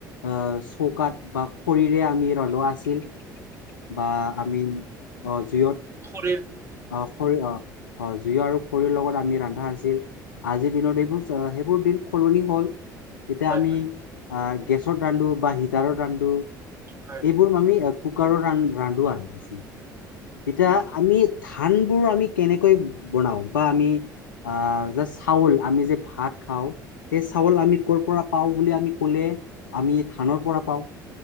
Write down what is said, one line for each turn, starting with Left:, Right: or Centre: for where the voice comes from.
Left: আহ চৌকাত বা খৰিৰে আমি ৰনোৱা আছিল। বা আমি অ জিয়ত।
Right: শৰীৰ।
Left: অ খৰি অ অ জুইৰ আৰু খৰিৰ লগত আমি ৰান্ধা আছিল। আজিৰ দিনত এইবোৰ সেইবোৰ দিন সলনি হ'ল। এতিয়া
Right: হয়
Left: আমি
Right: হয়
Left: আহ গেছত ৰান্ধো বা হিটাৰৰ ৰান্ধো
Right: হয়
Left: এইবোৰ আমি কুকাৰত ৰা ৰান্ধো আৰু এতিয়া
Right: উম,
Left: আমিত ধানবোৰ আমি কেনেকৈ বনাও বা আমি আ যে চাউল আমি যে ভাত খাওঁ। সেই চাউল আমি কৰ পৰা পাওঁ বুলি আমি কলে আমি ধানৰ পৰা পাওঁ।